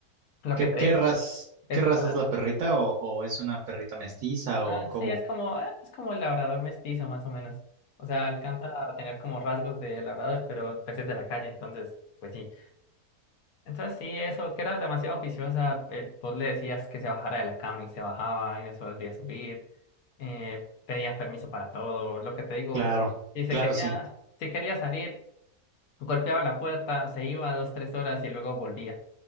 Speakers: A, on the left; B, on the right.
A: Lo
B: ¿Qué,
A: que te
B: qué
A: digo.
B: raz-
A: Es
B: qué raza
A: lo
B: es la perrita o, o es una perrita mestiza
A: Ah,
B: o cómo?
A: sí, es como, eh, es como el labrador mestizo, más o menos. O sea, alcanza a tener como rasgos de labrador, pero peces de la calle, entonces, pues sí. Entonces sí, eso, que era demasiado oficiosa. eh, vos le decías que se bajara de la cama y se bajaba y no se volvía a subir. Eh, pedías permiso para todo. Lo que te digo,
B: Claro,
A: si se
B: claro,
A: quería,
B: se ent-
A: si quería salir, golpeaba la puerta, se iba dos, tres horas y luego volvía.